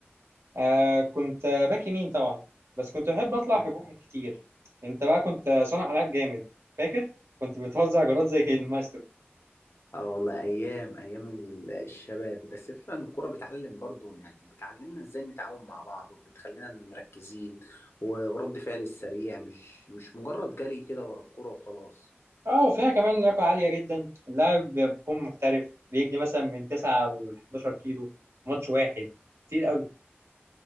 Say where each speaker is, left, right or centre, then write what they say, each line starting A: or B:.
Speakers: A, on the right; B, on the left.
A: آه كنت آه، باك يمين طبعا بس كنت بحب أطلع
B: أمم.
A: هجوم كتير أنت بقى كنت آه، صانع ألعاب جامد فاكر؟ كنت بتوزع جرات زي المايسترو
B: اه والله ايام ايام ال- الشباب بس فعلا الكوره بتعلم برضو يعني بتعلمنا ازاي نتعاون مع بعض وبتخلينا مركزين و- ورد فعل السريع مش مش مجرد جري كده ورا الكوره وخلاص
A: اه وفيها كمان لياقة عالية جدا اللاعب بيكون محترف بيجري مثلا من 9 ل 11 كيلو ماتش واحد كتير قوي